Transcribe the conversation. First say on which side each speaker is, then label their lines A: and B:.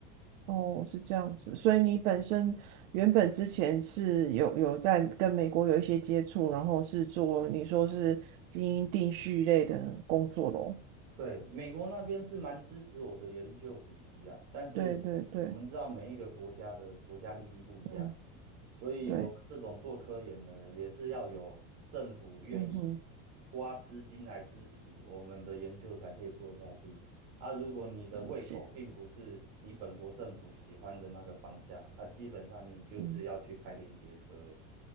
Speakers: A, on the right; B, on the right.
A: 哦，是这样子。所以你本身原本之前是有有在跟美国有一些接触，然后是做你说是基因定序类的工作咯。
B: 对，美国那边是蛮支持我的研究主题啊，但是我们知道每一个国家的国家利益不一样，
A: 对对对，嗯，
B: 所以我们这种做科研的也是要有政府愿意
A: 对，嗯哼，
B: 花资金来支持我们的研究才可以做下去。啊，如果你的胃口并不是你本国政府喜欢的那个方向，
A: 了解，
B: 那基本上你就是要去开连接车了。
A: 嗯。